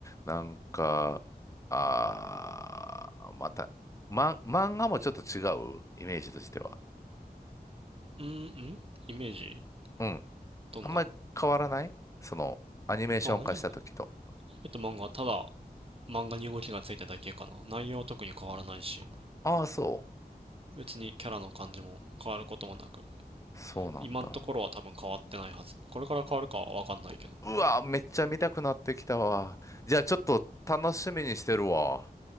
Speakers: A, on the left (about 20°); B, on the right (about 35°).
A: なんか、あー、また、ま、漫画もちょっと違うイメージとしては。
B: うんうんイメージ
A: うん。
B: どんな
A: あんまり変わらないその、アニメーション化した時と。
B: あ、アニメと漫画はただ漫画に動きがついただけかな。内容は特に変わらないし、
A: ああ、そう。
B: 別にキャラの感じも変わることもなく、
A: そうなんだ。
B: 今のところは多分変わってないはず。これから変わるかはわかんないけど。
A: うわ、めっちゃ見たくなってきたわ。じゃあちょっと楽しみにしてるわ。